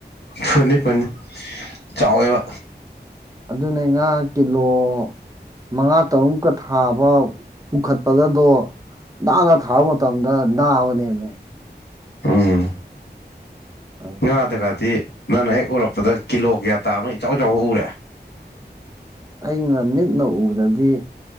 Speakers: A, on the left; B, on the right.
A: ꯐꯅꯤ ꯐꯅꯤ ꯆꯥꯎꯋꯦꯕ
B: ꯑꯗꯨꯅꯦ ꯉꯥ ꯀꯤꯂꯣ ꯃꯉꯥ ꯇꯔꯨꯛꯃꯨꯛꯀ ꯊꯥꯕ ꯄꯨꯈꯠꯄꯒꯗꯣ ꯗ ꯊꯥꯔ ꯃꯇꯨꯡ ꯣ ꯑꯅ ꯅ ꯑ ꯅꯃꯦ
A: ꯎꯝ
B: ꯑ,
A: ꯏ ꯃꯥꯇ ꯀꯥꯇꯤ ꯅꯪꯅ ꯍꯦꯛ ꯎꯔꯛꯄꯗ ꯀꯤꯂꯣ ꯀꯌꯥ ꯇꯥꯕꯅꯣ ꯏꯆꯥꯎ ꯆꯥꯎꯥꯎꯕ ꯎꯔꯦ
B: ꯑꯩꯅ ꯃꯤꯠꯅ ꯎꯕꯗꯗꯤ